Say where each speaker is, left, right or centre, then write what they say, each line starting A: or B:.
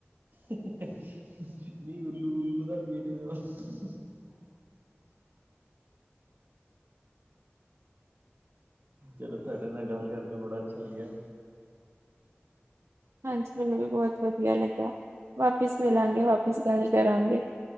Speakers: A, on the right; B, on the right.
A: <unintelligible> ਚਲੋ ਤੁਹਾਡੇ ਨਾਲ ਗੱਲ ਕਰਕੇ ਬੜਾ ਅੱਛਾ ਲੱਗਿਆ।
B: ਹਾਂਜੀ, ਮੈਨੂੰ ਵੀ ਬਹੁਤ ਵਧੀਆ ਲੱਗਿਆ। ਵਾਪਿਸ ਮਿਲਾਂਗੇ, ਵਾਪਿਸ ਗੱਲ ਕਰਾਂਗੇ